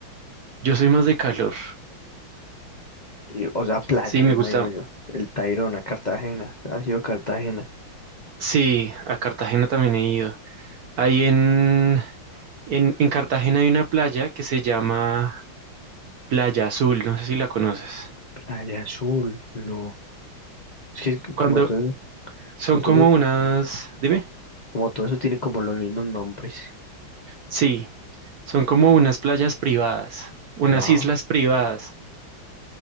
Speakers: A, on the right; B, on the left.
A: Yo soy más de calor.
B: Y, o sea, playa,
A: Sí,
B: me
A: me
B: imagino
A: gusta.
B: yo. El Tayrona, Cartagena. Ha sido Cartagena.
A: Sí, a Cartagena también he ido. Ahí en, en, en Cartagena hay una playa que se llama Playa Azul, no sé si la conoces.
B: Playa Azul, no. Es que que
A: Cuando
B: como todo,
A: son
B: como todo,
A: como unas, dime,
B: como todo eso tiene como los mismos nombres.
A: sí, son como unas playas privadas, unas
B: Wow.
A: islas privadas.